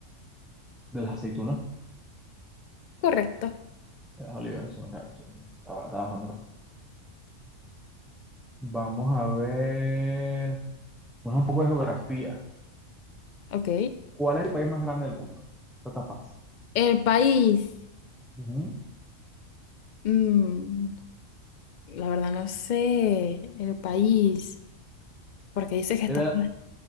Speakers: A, in the centre; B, on the left.
A: De las aceitunas,
B: Correcto.
A: de las olivas, eso no, claro, sí, estaba, estaba bastante fácil. Vamos a ver, bueno, un poco de geografía.
B: Ok.
A: ¿Cuál es el país más grande del mundo? Esto está fácil.
B: El país.
A: Ujú.
B: Mm, la verdad no sé. El país. Porque dice que
A: Te
B: está...
A: voy a,